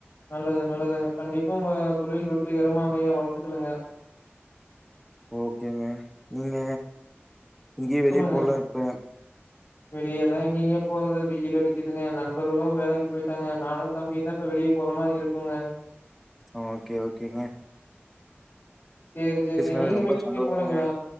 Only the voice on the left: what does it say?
நல்லது நல்லதுங்க கண்டிப்பா உங்க தொழில் வெற்றிகரமா அமைய வாழ்த்துக்களுங்க
சொல்லுங்க
வெளியெல்லா எங்கேங்க போறது வெயில் அடிக்குதுங்க நண்பர்களு வேலைக்கு போயிட்டாங்க நானுந் தம்பியுதா இப்ப வெளியே போற மா இருக்குங்க
சேரி சேரிங்க
நீங்க
வெளிய எங்கயு
போலைங்களா